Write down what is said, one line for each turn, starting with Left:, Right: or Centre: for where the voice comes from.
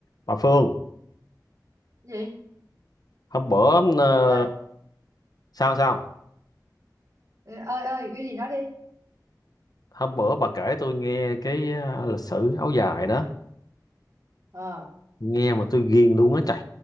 Left: bà Phương
Right: gì
Left: hôm bữa ờ,
Right: ơi
Left: sao sao
Right: ơi ơi cái gì nói đi
Left: hôm bữa bà kể tôi nghe cái ờ, lịch sử áo dài đó
Right: ờ
Left: nghe mà tôi ghiền luôn á trời